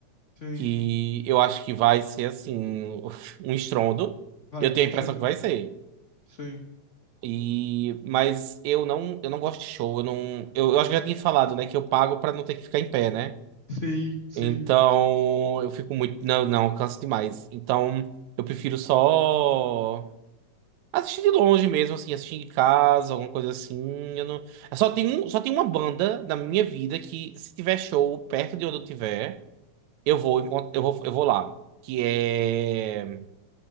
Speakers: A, on the left; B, on the right.
A: Sim,
B: que eu acho que vai ser assim <laughs> um estrondo.
A: vai,
B: Eu
A: com
B: tenho a impressão
A: certeza.
B: que vai ser.
A: Sim,
B: E mas eu não, eu não gosto de show, eu não, eu, eu acho que já tinha falado, né, que eu pago pra não ter que ficar em pé, né?
A: sei, sei.
B: Então, eu fico muito, não, não, eu canso demais. Então, eu prefiro só Assisti de longe mesmo, assim, assisti em casa, alguma coisa assim. Eu não... eu Só tem um, só tem uma banda na minha vida que, se tiver show perto de onde eu tiver, eu vou, encont- eu vou, eu vou lá. Que é,